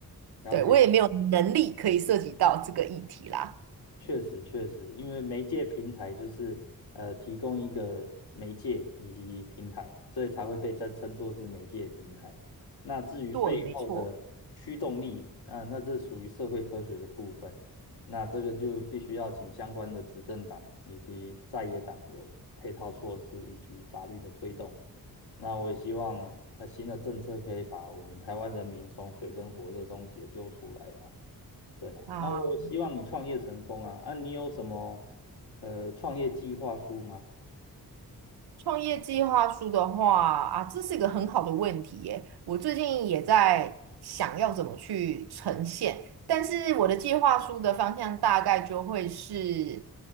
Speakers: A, on the left; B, on the right.
A: 了解。
B: 对，我也没有能力可以涉及到这个议题啦。
A: 确实，确实，因为媒介平台就是呃提供一个媒介以及平台，所以才会被称称作是媒介平台。那至于背后的驱动力，
B: 对，没错。
A: 啊、那这属于社会科学的部分。那这个就必须要请相关的执政党以及在野党有配套措施以及法律的推动。那我也希望呢，呃，新的政策可以把我们台湾人民从水深火热中解救出来啦。对啊，
B: 啊。
A: 那我希望你创业成功啊！啊，你有什么呃创业计划书吗？
B: 创业计划书的话啊，这是一个很好的问题耶。我最近也在想要怎么去呈现，但是我的计划书的方向大概就会是，